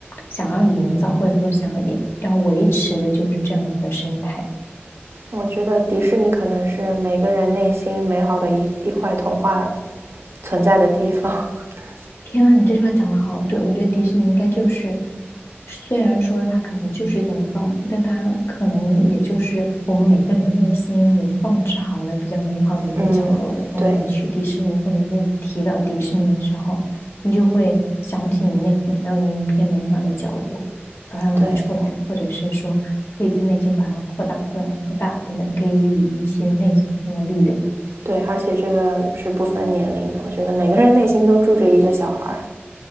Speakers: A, on the left; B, on the right.
A: 想要营造，或者说想要要维持的就是这样子的生态。
B: 我觉得迪士尼可能是每个人内心美好的一一块童话存在的地方。<laughs>
A: 天啊，你这句话讲的好，对，我觉得迪士尼应该就是，虽然说它可能就是在造梦，但它可能也就是我们每个人内心有放置好的比较美好的一个角落。
B: 嗯，
A: 然后你去迪士尼，
B: 对，
A: 或者是你提到迪士尼的时候，你就会想起你内心还有那一片美好的角落，把它拿出来，
B: 对，
A: 或者是说可以在内心把它扩大、扩大、扩大，等等，给予一些内心上的力量。
B: 对，而且这个是不分年龄的，我觉得每个人内心都住着一个小孩儿。